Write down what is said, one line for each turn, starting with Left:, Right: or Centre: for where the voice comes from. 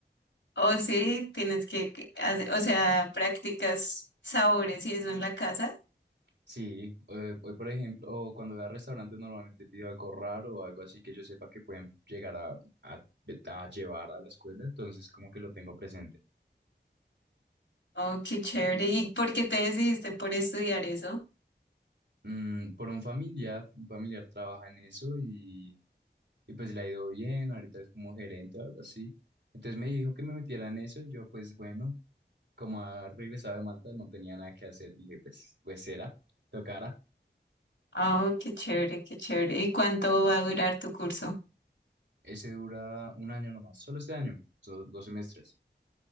Left: O sí, tienes que, que hace- o sea, practicas sabores y eso en la casa.
Right: Sí, eh, hoy, por ejemplo, o cuando voy a restaurantes normalmente pido algo raro o algo así que yo sepa que pueden llegar a, a- a llevar a la escuela, entonces como que lo tengo presente.
Left: Oh, qué chévere. ¿Y por qué te decidiste por estudiar eso?
Right: Mm, por un familiar, un familiar trabaja en eso y y pues le ha ido bien, ahorita es como gerente o algo así. Entonces me dijo que me metiera en eso y yo pues bueno, como ha regresado de Malta no tenía nada que hacer, dije pues pues será, tocará.
Left: Oh, qué chévere, qué chévere. ¿Y cuánto va a durar tu curso?
Right: Ese dura un año nomás, solo este año, son dos semestres.